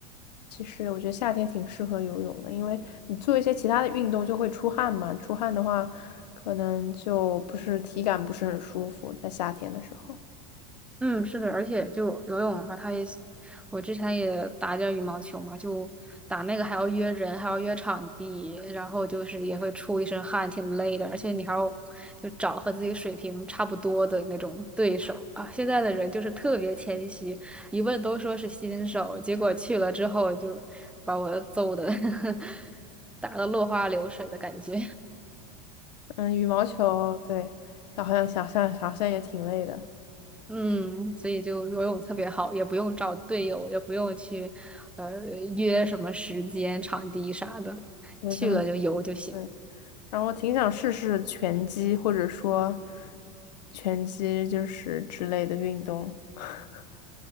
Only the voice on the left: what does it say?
其实我觉得夏天挺适合游泳的，因为你做一些其他的运动就会出汗嘛，出汗的话，可能就不是体感不是很舒服，在夏天的时候。
嗯，羽毛球，对，好像想象好像也挺累的，
对，
可能对。然后我挺想试试拳击，或者说拳击就是之类的运动。<laughs>